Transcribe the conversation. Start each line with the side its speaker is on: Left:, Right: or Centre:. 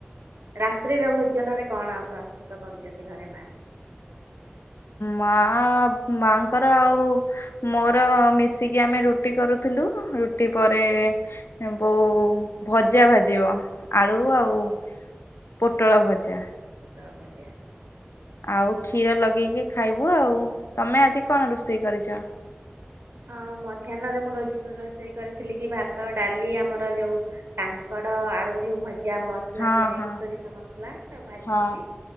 Right: ରାତ୍ରିର ଭୋଜନରେ କଣ ପ୍ରସ୍ତୁତ କରୁଛନ୍ତି ଘରେ ମା?
Left: ମା ମାଙ୍କର ଆଉ ମୋର ମିଶିକି ଆମେ ରୁଟି କରୁଥିଲୁ ରୁଟି ପରେ। ବୋଉ ଭଜା ଭାଜିବ ଆଳୁ ଆଉ ପୋଟଳ ଭଜା।
Right: ପୋଟଳ ଭଜା।
Left: ଆଉ କ୍ଷୀର ଲଗେଇକି ଖାଇବୁ ଆଉ ତମେ ଆଜି କଣ ରୋଷେଇ କରିଛ?
Right: ହଁ ମଧ୍ୟାହ୍ନରେ ମୁଁ ର ରୋଷେଇ କରିଥିଲି କି ଭାତ ଡାଲି ଆମର ଯୋଉ କାଙ୍କଡ ଆଳୁକୁ ଯୋଉ ଭଜା ମସଲା
Left: ହଁ
Right: ଦିଆ ହେଇକି
Left: ହଁ
Right: ସୋରିଷ ମସଲା ତାକୁ ଭାଜିଥିଲି।
Left: ହଁ